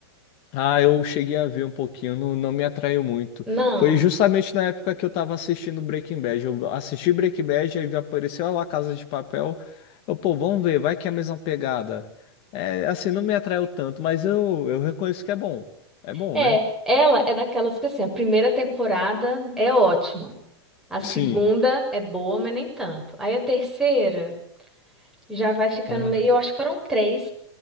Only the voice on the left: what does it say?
Ah, eu cheguei a ver um pouquinho, não, não me atraiu muito.
Foi justamente na época que eu tava assistindo Breaking Bad. Eu assisti Breaking Bad, aí apareceu lá Casa de Papel. Eu, pô, vamos ver, vai que é a mesma pegada. É, assim, não me atraiu tanto, mas eu, eu reconheço que é bom. É bom,
né?
Sim.
Ah,